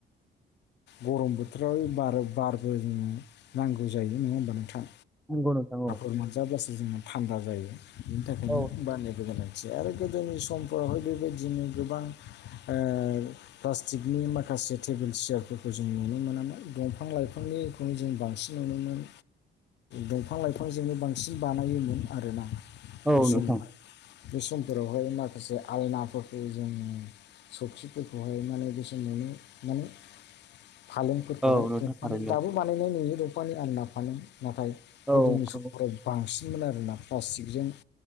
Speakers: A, on the left; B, in the centre.
A: गरम बोथोराव बार बारबो जोङो नांगौ जायो नङा होमबा नोंथां
B: नंगौ नोंथां औ
A: बोरमा जाब्लासो जोङो थान्दा जायो बिनि थाखायनो
B: औ
A: बानायबो जानाय आरो गोदोनि समफोरावहाय बेबायदिनो गोबां ओ प्लास्टिकनि माखासे टेबोल सियारफोरखौ जों नुनो मोनामोन दंफां लाइफांनि खौनो जों बांसिन नुनोमोनोमोन दंफां लाइफां जोङो बांसिन बानायोमोन आरोना
B: औ
A: बे समावहाय
B: नोंथां
A: । बे समफोरावहाय माखासे आलनाफोरखौ जोङो सखिफोरखौहाय माने बेसेनानै माने फालेंफोरखौहाय
B: औ नोंथां
A: दंफानि
B: थारैनो
A: दाबो बानायनाय नुयो दंफानि आलना फालें नाथाय गोदोनि
B: औ
A: समफोराव
B: नंगौ
A: बांसिनमोन आरोना प्लास्टिकजों